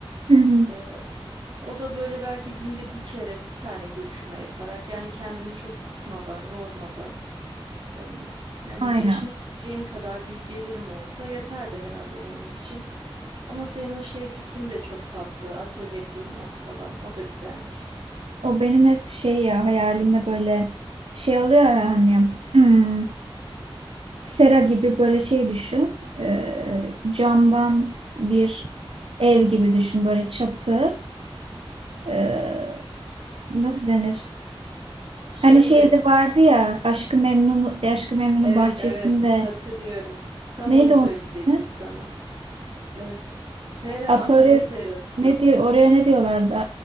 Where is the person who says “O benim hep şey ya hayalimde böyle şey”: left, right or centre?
Right